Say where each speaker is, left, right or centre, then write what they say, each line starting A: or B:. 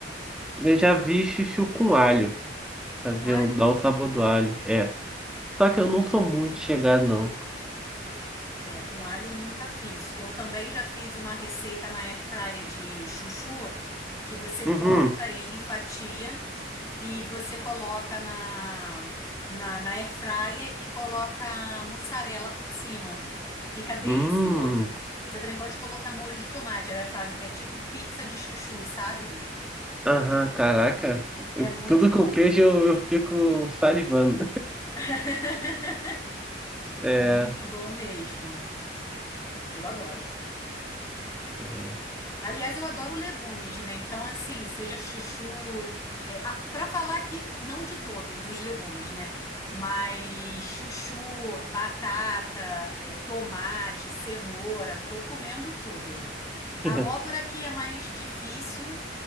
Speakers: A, in the centre; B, on the left.
A: Eu já vi chuchu com alho. Fazer,
B: Com alho.
A: dar o sabor do alho. É. Só que eu não sou muito chegado, não.
B: É, com alho eu nunca fiz. Eu também já fiz uma receita na airfryer de chuchu, que você
A: Uhum.
B: corta ele em fatia e você coloca na, na, na airfryer e coloca mussarela por cima. Fica delicioso.
A: Hum.
B: Você também pode colocar molho de tomate. É, faz, é tipo pizza de chuchu, sabe?
A: Aham, caraca. Eu-
B: É muito
A: tudo
B: bom.
A: com queijo eu, eu fico salivando.
B: <laughs>
A: É,
B: É muito bom mesmo. Eu adoro.
A: é.
B: Aliás, eu adoro legumes, né? Então, assim, seja chuchu. É, para falar que não de todos os legumes, né? Mas chuchu, batata, é, tomate, cenoura, tô comendo tudo. A
A: <laughs>
B: abóbora aqui é mais difícil,